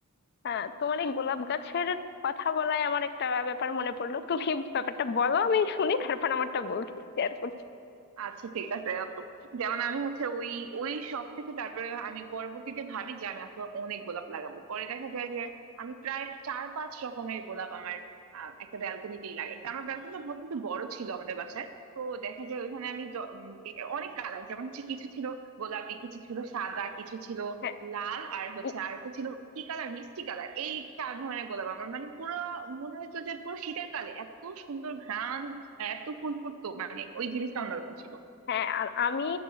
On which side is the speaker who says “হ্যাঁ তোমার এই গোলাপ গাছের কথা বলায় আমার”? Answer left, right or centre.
Left